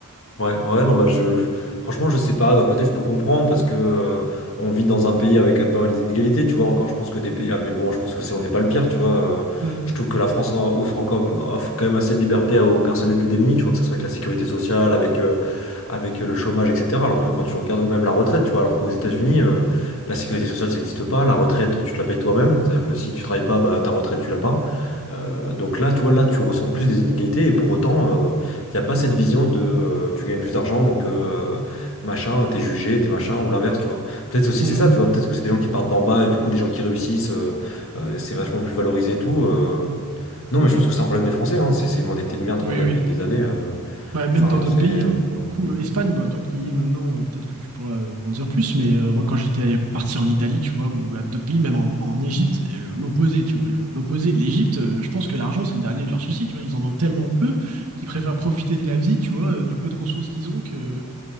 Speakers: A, on the left (about 60°); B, on the right (about 90°).
A: Ouais, ouais, non, bah je. Franchement, je sais pas. D'un côté, je peux comprendre parce que euh, on vit dans un pays avec quand même pas mal d'inégalités, tu vois. Encore, je pense que des pays. Ah, mais bon, je pense que c'est on n'est pas le pire, tu vois. euh,
B: Mm.
A: je trouve que la France en- offre encore- offre quand même assez de liberté aux personnes les plus démunies, tu vois, que ce soit avec la sécurité sociale, avec, euh, avec euh, le chômage, etc. Alors que quand tu regardes, ou même la retraite, tu vois, alors qu'aux États-Unis, euh, la sécurité sociale, ça n'existe pas. La retraite, tu te la payes toi-même. C'est-à-dire que si tu travailles pas, bah ta retraite, tu l'as pas. Euh, donc là, tu vois, là, tu ressens plus des inégalités et pour autant. euh, il n'y a pas cette vision de euh, tu gagnes plus d'argent, donc euh, machin, t'es jugé, t'es machin, ou l'inverse, tu vois. Peut-être aussi
B: Mm.
A: c'est ça, tu vois, peut-être que c'est des gens qui partent d'en bas et du coup des gens qui réussissent, euh, euh, c'est vachement plus valorisé et tout. euh. Non, mais je pense que c'est un problème des Français, hein. C'est c'est une mentalité de merde
B: Oui,
A: qu'on a
B: oui.
A: depuis des années. euh.
B: Bah, même
A: Enfin,
B: dans d'autres
A: c'est.
B: pays, hein. Pour le coup, euh, Espagne, bah, toi qui y es maintenant, euh, peut-être que tu pourras euh, en dire plus, mais euh, moi quand j'étais euh, parti en Italie, tu vois, ou à d'autres pays, même en, en Égypte, et le- l'opposé, tu vois, le- l'opposé, l'Égypte, euh, je pense que l'argent, c'est le dernier de leurs soucis, tu vois, ils en ont tellement peu qu'ils préfèrent profiter de la vie, tu vois, euh, du peu de ressources qu'ils ont que,